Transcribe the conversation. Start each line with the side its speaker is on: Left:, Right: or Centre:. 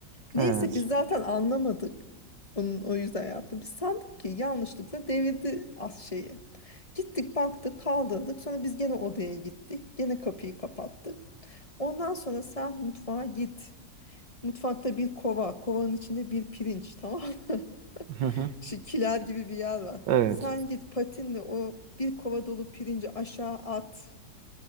Left: Neyse
Right: evet.
Left: biz zaten anlamadık. Onun o yüzden yaptı. Biz sandık ki yanlışlıkla devirdi az şeyi. Gittik baktık kaldırdık. Sonra biz gene odaya gittik. Gene kapıyı kapattık. Ondan sonra sen mutfağa git. Mutfakta bir kova. Kovanın içinde bir pirinç tamam mı?
Right: Hı hı.
Left: <laughs> Şu kiler gibi bir yer var.
Right: Evet.
Left: Sen git patinle o bir kova dolu pirinci aşağı at.